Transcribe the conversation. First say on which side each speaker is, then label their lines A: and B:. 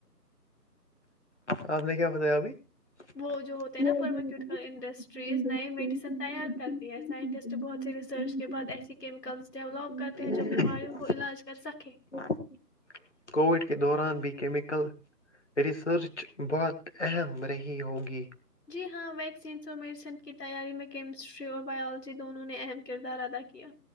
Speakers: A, on the left; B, on the left.
A: آپ نے کیا بتایا ابھی <inaudible>
B: وہ جو ہوتے ہیں نا فرماکیوٹیکل انڈسٹریز نئے میڈیسن تیار کرتی ہے سائنٹسٹ بہت سی ریسرچ کے بعد ایسی کیمیکلز ڈیولپ کرتے ہیں جو بیماریوں کو علاج کر سکے
A: بہت اہم رہی ہوگی
B: جی ہاں میکسی انسٹالمنٹ کی تیاری میں کیمسٹری اور بای دونوں نے اہم کردار ادا کیا